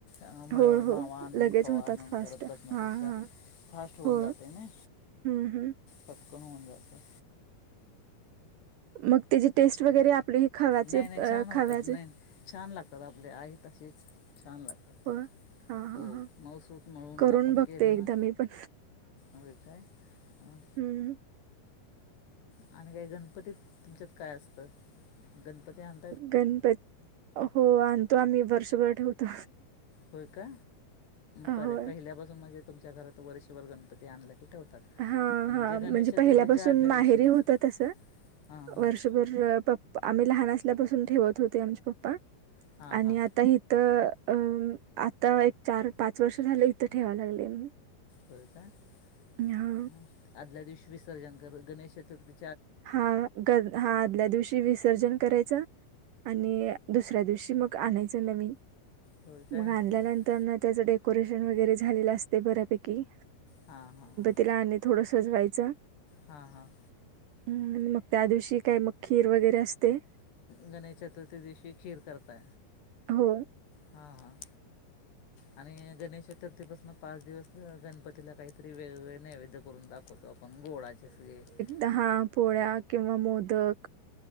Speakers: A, on the left (about 85°); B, on the right (about 70°).
A: अ मा
B: होय, हो.
A: मावा आणून
B: लगेच
A: ख
B: होतात
A: आणून
B: फास्ट.
A: करत बसण्यापेक्षा,
B: हां हां.
A: फास्ट होऊन
B: होय.
A: जाते ना.
B: हं, हं.
A: पटकन होऊन जाते.
B: मग त्याची टेस्ट वगैरे आपली ही खव्याचे
A: नाही
B: अ,
A: नाही, छान होतात
B: खव्याचे
A: नाही छान लागतात आपले आहे तशीच. छान लागतात.
B: होय. हां हां
A: हो
B: हां.
A: मऊसूत मळून
B: करून
A: आपण
B: बघते
A: केलं
B: एकदा
A: ना,
B: मी पण.
A: होय काय? अं,
B: हम्म
A: आणि काय, गणपतीत तुमच्यात काय असतं? गणपती आन
B: गणपत, हो आणतो आम्ही वर्षभर ठेवतो.
A: होय का?
B: होय.
A: बरे पहिल्यापासून म्हणजे तुमच्या घरात वर्षभर गणपती आणला की ठेवतात.
B: हा हा,
A: गणेश
B: म्हणजे
A: चतुर्थीच्या
B: पहिल्यापासून
A: आदल्या
B: माहेरी
A: दिवशी
B: होत तसं.
A: हां हां
B: वर्षभर पप आम्ही लहान असल्यापासून ठेवत होते आमचे पप्पा
A: हां
B: आणि
A: हां
B: आता ही त अ आता एक चार पाच वर्ष झालं इथं ठेवा लागले मी.
A: हो का?
B: हा
A: म आदल्या दिवशी विसर्जन कर गणेश चतुर्थी
B: हा ग हा आदल्या दिवशी विसर्जन करायचं. आणि दुसऱ्या दिवशी मग आणायचं नवीन.
A: होय काय
B: मग
A: हां
B: आणल्यानंतर ना त्याचं डेकोरेशन वगैरे झालेलं असते बऱ्यापैकी.
A: हा हा हा
B: तिला आणि थोडं सजवायचं.
A: हा. हा.
B: ह. आणि मग त्या दिवशी काय मग खीर वगैरे असते?
A: गणेश चतुर्थी दिवशी खीर करता,
B: हो
A: हा. आणि गणेश चतुर्थी पासन पाच दिवस गणपतीला काहीतरी वेगळवेगळ नेवेद- करून दाखवतो आपण गोळाचे <unintelligible>
B: दहा पोळ्या किंवा मोदक